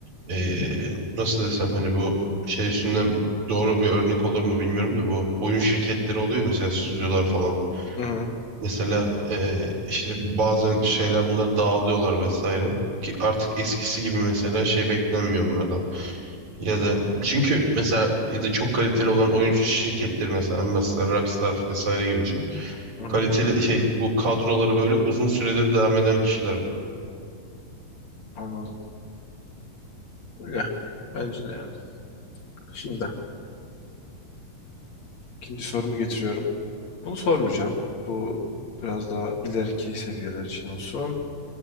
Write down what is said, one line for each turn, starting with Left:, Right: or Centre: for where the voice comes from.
Right: eee, nasıl desem hani bu şey üstünden doğru bir örnek olur mu bilmiyorum da bu oyun şirketleri oluyor mesela stüdyolar falan.
Left: Hı hı,
Right: Mesela eee, işte bazen şeyler bunları dağılıyorlar vesaire. Ki artık eskisi gibi mesela şey beklenmiyor onlardan. Ya da çünkü mesela ya da çok kaliteli olan oyun şirketleri mesela mesela Rockstar vesaire gibi düşün.
Left: hı hı.
Right: Kaliteli şey bu kadroları böyle uzun süredir devam eden kişiler.
Left: Anladım. Öyle. Bence de yani. Şimdi ikinci sorumu getiriyorum. Bunu sormayacağım. Bu biraz daha ileriki seviyeler için olsun.